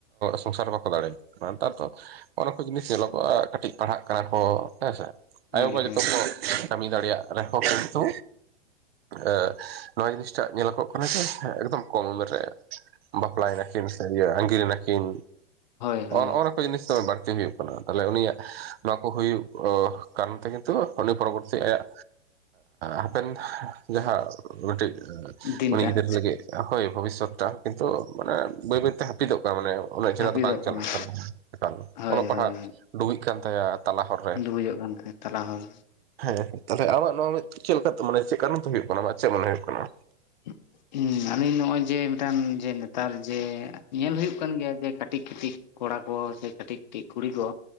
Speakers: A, on the right; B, on the left.
A: ᱥᱚᱝᱥᱟᱨ ᱵᱟᱠᱚ ᱫᱟᱲᱮᱭᱟᱜ ᱠᱟᱱᱟ ᱱᱮᱛᱟᱨ ᱫᱚ᱾ ᱚᱱᱟᱚᱱ ᱠᱚ ᱡᱤᱱᱤᱥ ᱧᱮᱞᱚᱜᱚᱜᱼᱟ ᱠᱟᱹᱴᱤᱡ ᱯᱟᱲᱦᱟᱜ ᱠᱟᱱᱟ ᱠᱚ ᱦᱮᱸ ᱥᱮ
B: ᱦᱳᱭ
A: ᱟᱭᱳᱼᱵᱟ ᱡᱚᱛᱚ ᱠᱚ ᱠᱟᱹᱢᱤ ᱫᱟᱲᱮᱭᱟᱜ ᱨᱮᱦᱚᱸ ᱠᱤᱱᱛᱩ ᱮ ᱱᱚᱣᱟ ᱡᱤᱱᱤᱥᱴᱟᱜ ᱧᱮᱞᱚᱜᱚᱜ ᱠᱟᱱᱟ ᱡᱮ ᱮᱠᱫᱚᱢ ᱠᱚᱢ ᱩᱢᱮᱨ ᱨᱮ ᱵᱟᱯᱞᱟᱭᱱᱟ ᱠᱤᱱ ᱥᱮ ᱤᱭᱟᱹ ᱟᱝᱜᱤᱨ ᱱᱟᱠᱤᱱ
B: ᱦᱳᱭ
A: ᱱᱚᱜ
B: ᱦᱳᱭ
A: ᱱᱚᱜ ᱱᱚᱣᱟ ᱠᱚ ᱡᱤᱱᱤᱥ ᱫᱚ ᱵᱟᱹᱲᱛᱤ ᱦᱩᱭᱩᱜ ᱠᱟᱱᱟ ᱛᱟᱦᱚᱞᱮ ᱩᱱᱤᱭᱟᱜ ᱱᱚᱣᱟ ᱠᱚ ᱦᱩᱭᱩᱜ ᱠᱟᱨᱚᱱ ᱛᱮ ᱜᱮ ᱛᱚ ᱩᱱᱤ ᱯᱚᱨᱚᱵᱚᱨᱛᱤ ᱟᱭᱟᱜ ᱦᱟᱯᱮᱱ ᱡᱟᱦᱟᱸ ᱩᱱᱤ ᱴᱤ
B: ᱫᱤᱱᱴᱟᱜ
A: ᱩᱱᱤ ᱜᱤᱫᱽᱨᱟᱹ ᱞᱟᱹᱜᱤᱫ ᱦᱳᱭ ᱵᱷᱚᱵᱤᱥᱥᱚᱛ ᱴᱟ ᱦᱚᱜ ᱠᱤᱱᱛᱩ ᱢᱟᱱᱮ ᱵᱟᱹᱭ ᱵᱟᱹᱭ ᱡᱟᱹᱯᱤᱫᱚᱜ ᱠᱟᱱᱟ ᱢᱟᱱᱮ ᱩᱱᱚᱜ ᱪᱮᱦᱨᱟ
B: ᱦᱟᱹᱯᱤᱫᱚᱜ
A: ᱫᱚ ᱵᱟᱝ
B: ᱠᱟᱱᱟ
A: ᱪᱟᱞᱟᱜ ᱠᱟᱱᱟ
B: ᱦᱳᱭ
A: ᱚᱞᱚᱜ ᱯᱟᱲᱦᱟᱜ
B: ᱦᱳᱭ
A: ᱰᱩᱵᱜ ᱠᱟᱱ ᱛᱟᱭᱟ ᱛᱟᱞᱟ ᱦᱚᱨ ᱨᱮ
B: ᱰᱩᱵᱩᱡᱚᱜ ᱠᱟᱱ ᱛᱟᱦᱮᱸᱜ ᱛᱟᱞᱟ ᱦᱚᱲ
A: ᱦᱮᱸ ᱛᱟᱦᱚᱞᱮ ᱟᱢᱟᱜ ᱱᱚᱣᱟ ᱢᱮ ᱪᱮᱫ ᱞᱮᱠᱟᱛᱮ ᱢᱟᱱᱮ ᱪᱮᱫ ᱠᱟᱨᱚᱱ ᱛᱮ ᱦᱩᱭᱩᱜ ᱠᱟᱱᱟ ᱪᱮᱫ ᱢᱚᱱᱮ ᱦᱩᱭᱩᱜ ᱠᱟᱱᱟ
B: <unintelligible> ᱦᱮᱸ ᱟᱞᱤᱧ ᱱᱚᱜ ᱚᱚᱭ ᱡᱮ ᱢᱤᱫᱴᱟᱝ ᱡᱮ ᱱᱮᱛᱟᱨ ᱡᱮ ᱧᱮᱞ ᱦᱩᱭᱩᱜᱭ ᱠᱟᱱ ᱜᱮᱭᱟ ᱡᱮ ᱠᱟᱹᱴᱤᱡ ᱠᱟᱹᱴᱤᱡ ᱠᱚᱲᱟ ᱠᱚ ᱥᱮ ᱠᱟᱹᱴᱤᱡ ᱠᱟᱹᱴᱤᱡ ᱠᱩᱲᱤ ᱠᱚ